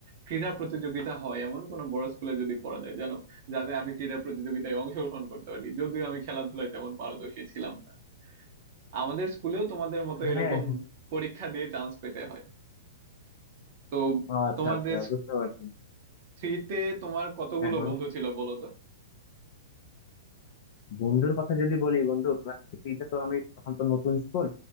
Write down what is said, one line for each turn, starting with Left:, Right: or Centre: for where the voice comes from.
Right: ক্রীড়া প্রতিযোগিতা হয় এমন কোনো বড় স্কুলে যদি পড়া যায় জানো যাতে আমি ক্রীড়া প্রতিযোগিতায় অংশগ্রহণ করতে পারি যদিও আমি খেলাধুলায় তেমন পারদর্শী ছিলাম না আমাদের স্কুলেও তোমাদের মতো এরকম
Left: হ্যাঁ
Right: পরীক্ষা দিয়ে চান্স পেতে হয় তো
Left: ও আচ্ছা
Right: তোমাদের
Left: আচ্ছা বুঝতে পারছি
Right: থ্রিতে তোমার কতগুলো
Left: হ্যাঁ বলো
Right: বন্ধু ছিল বলো তো
Left: বন্ধুর কথা যদি বলি বন্ধু ক্লাস থ্রিতে তো আমি তখন তো নতুন স্কুল